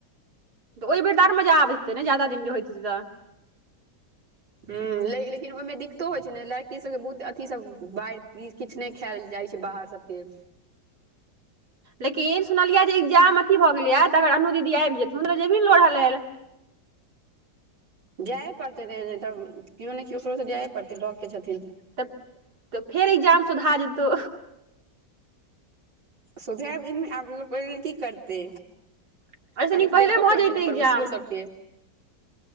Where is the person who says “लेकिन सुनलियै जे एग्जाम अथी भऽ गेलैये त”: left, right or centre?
Right